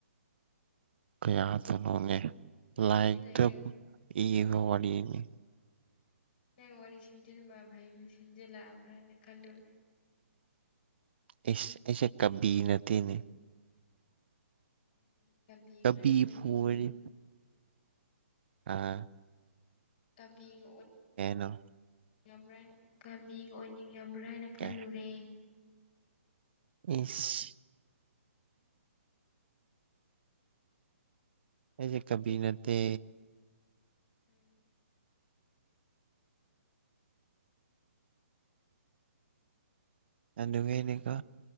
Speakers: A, on the right; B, on the left.
A: ꯀꯌꯥꯗ
B: ꯋꯥꯔꯤ
A: ꯅꯣꯅꯦ
B: ꯁꯦꯝꯖꯤꯜꯂꯛꯑꯦ
A: ꯂꯥꯏꯗ ꯏꯒ ꯋꯥꯔꯤꯅꯤ
B: ꯅ ꯋꯥꯔꯤ ꯁꯤꯖꯔꯃ ꯐꯥꯏꯕꯨ ꯁꯤꯖꯂꯕ꯭ꯔ ꯀꯜꯂꯔ
A: ꯑꯩꯁꯦ ꯀꯕꯤ ꯅꯠꯇꯦꯅꯦ
B: ꯎꯝ ꯀꯕꯤ
A: ꯀꯕꯤꯕꯨ
B: ꯑꯣꯏꯔꯣꯕꯣꯏꯅꯤꯡ ꯑꯣꯏꯔꯦ
A: ꯑꯣꯏꯔꯗꯤ ꯑꯥ
B: ꯇꯕꯤ
A: ꯑꯦꯅꯣ
B: ꯕ꯭ꯔꯅ ꯀꯕꯤꯒ ꯑꯣꯏꯅꯤꯡꯕ꯭ꯔꯥ ꯍꯥꯏꯅ ꯈꯜꯂꯨꯔꯦ
A: ꯀꯩ ꯏꯁ ꯑꯩꯁꯦ ꯀꯕꯤ ꯅꯠꯇꯦ
B: ꯎꯝ
A: ꯑꯅꯉꯦꯅꯤꯀ